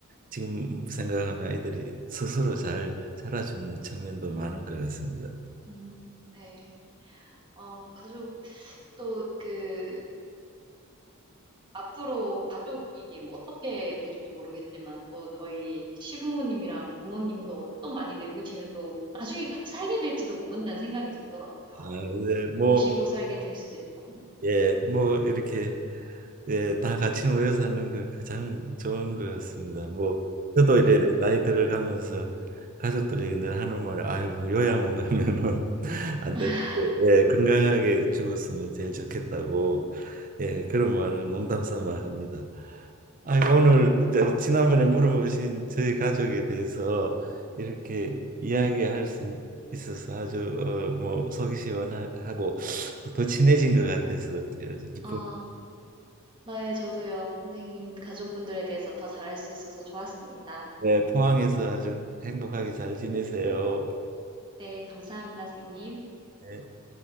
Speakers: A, on the right; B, on the right.
A: 지금 생각하면 아이들이 스스로 잘 자라준 측면도 많은 것 같습니다.
B: 음, 네. 어, 가족, 또 그, 앞으로 가족이 뭐 어떻게 될지 모르겠지만, 또 저희 시부모님이랑 부모님도 또 많이 늙으시면 또 나중에 같이 살게 될지도 모른다는 생각이 들더라고요.
A: 아, 네, 뭐,
B: 모시고 살게 될 수도 있고,
A: 예, 뭐 이렇게 예, 다 같이 모여사는 건 가장 좋은 것 같습니다. 뭐 저도 이래
B: 네.
A: 나이 들어가면서 가족들이 늘 하는 말, 아유 요양원 가면은 <laughs> 안
B: <laughs>
A: 되는데 예, 건강하게 죽었으면 제일 좋겠다고 예, 그런 말을 농담 삼아 합니다. 아이고 오늘 이제 지난번에 물어보신 저희 가족에 대해서 이렇게 이야기할 수 있- 있어서 아주 어, 뭐 속이 시원하고 또 더 친해진 것 같아서 기쁩니다.
B: 아, 네, 저도요. 선생님 가족분들에 대해서 더 잘할 수 있어서 좋았습니다.
A: 네, 포항에서 아주 행복하게 잘 지내세요.
B: 네, 감사합니다, 선생님.
A: 네.